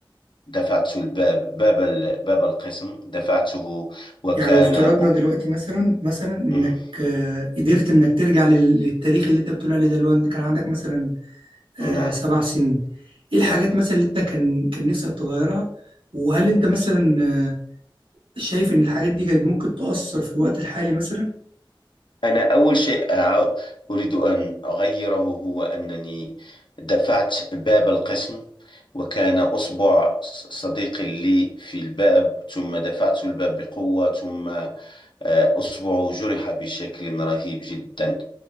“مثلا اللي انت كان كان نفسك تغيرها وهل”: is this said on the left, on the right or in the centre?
Right